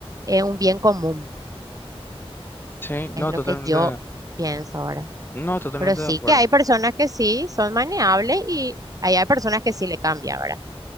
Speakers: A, on the right; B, on the left.
A: eh, un bien común,
B: sí, no,
A: es lo
B: totalmente,
A: que yo pienso ahora.
B: no, totalmente
A: Pero sí
B: de acuerdo.
A: que hay personas que sí son maneables y ahí hay personas que sí le cambia, ¿verdad?